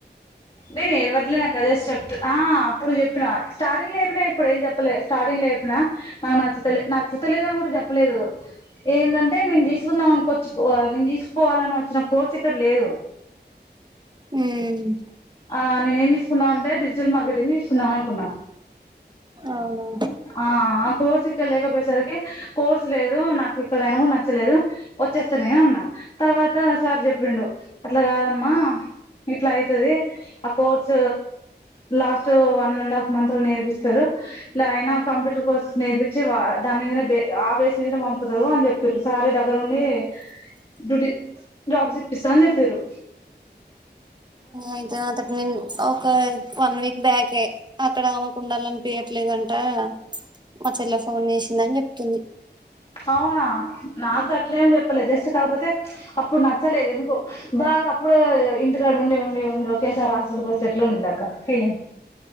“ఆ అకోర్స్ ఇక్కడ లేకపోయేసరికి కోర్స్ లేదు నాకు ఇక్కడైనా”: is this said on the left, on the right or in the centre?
Left